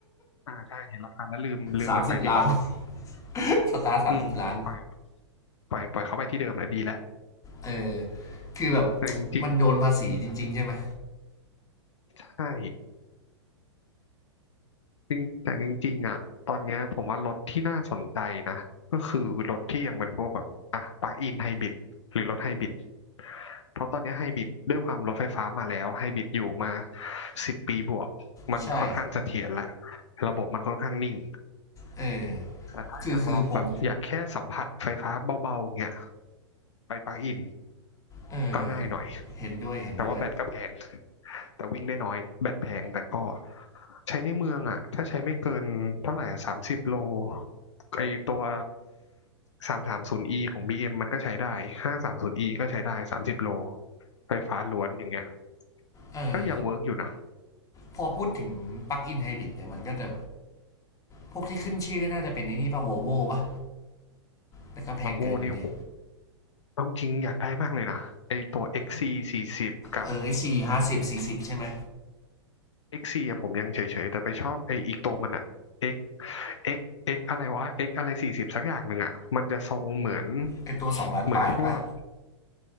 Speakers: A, on the left; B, on the left.
A: ๆอ่าใช่เห็นราคาแล้วลืมลืมมันไปดีกว่าเนาะ
B: 30ล้าน <laughs> สตาร์สามสิบล้าน
A: อืมปล่อยปล่อยปล่อยเขาไปที่เดิมแหละดีแล้ว
B: เออ คือแบบ
A: แต่จริง
B: มันโดนภาษีจริงๆใช่ไหม
A: ๆใช่ จริงแต่จริงๆอ่ะตอนเนี้ยผมว่ารถที่น่าสนใจนะก็คือรถที่ยังเป็นพวกแบบอ่ะปลั๊กอินไฮบริดหรือรถไฮบริดเพราะตอนเนี้ไฮบริดด้วยความรถไฟฟ้ามาแล้วไฮบริดอยู่มาสิบปีบวกมันค่อนข้างเสถียรและ
B: ใช่
A: ระบบมันค่อนข้างนิ่ง
B: เออ
A: แต่ถ้ายังลองแบบอยากแค่สัมผัสไฟฟ้าเบาๆเงี้ย
B: คือคือผม
A: ไปปลั๊กอิน
B: เออ
A: ก็ง่ายหน่อย
B: เห็นด้วยเห็นด้วย
A: แต่ว่าแบตก็แพง แต่วิ่งได้น้อยแบตแพงแต่ก็ใช้ในเมืองอ่ะถ้าใช้ไม่เกินเท่าไหร่สามสิบโลไอตัวสามสามศูนย์ e ของบีเอ็มมันก็ใช้ได้ห้าสามศูนย์ e ก็ใช้ได้สามสิบโลไฟฟ้าล้วนอย่างเงี้ย
B: เออ
A: ก็ยังเวิร์กอยู่นะ
B: พอพูดถึงปลั๊กอินไฮบริดเนี่ยมันก็จะพวกที่ขึ้นชื่อน่าจะเป็นในนี่ป่ะ v o l v o ป่ะแต่ก็แพงเกินอยู่ดี
A: วอนโวนี่โอ้โหเอาจริงอยากได้มากเลยนะไอตัว XC สี่สิบกับ
B: เออไอซีห้าสิบสี่สิบใช่ไหม
A: X สี่ะผมยังเฉยๆแต่ไปชอบไออีกตัวมันอะ X X X อะไรวะ X อะไรสี่สิบสักอย่างหนึ่งอะมันจะทรงเหมือน
B: ไอตัวสองล้านแปดป่ะ
A: เหมือนพวก